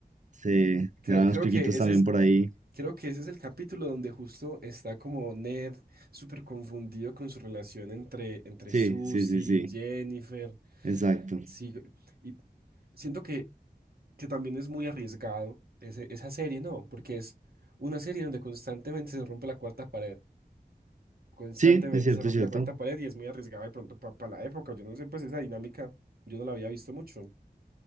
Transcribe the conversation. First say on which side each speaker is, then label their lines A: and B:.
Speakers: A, on the right; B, on the right.
A: se,
B: creo,
A: se daban
B: creo
A: los piquitos
B: que ese
A: también
B: es,
A: por ahí.
B: creo que ese es el capítulo donde justo está como Ned súper confundido con su relación entre, entre
A: Sí,
B: Susie
A: sí, sí, sí,
B: y Jennifer.
A: exacto.
B: Sí, y siento que, que también es muy arriesgado ese- esa serie, ¿no? Porque es una serie donde constantemente se rompe la cuarta pared, constantemente
A: Sí, es cierto,
B: se rompe
A: es cierto.
B: la cuarta pared y es muy arriesgada de pronto para la época. Yo no sé, pues esa dinámica yo no la había visto mucho.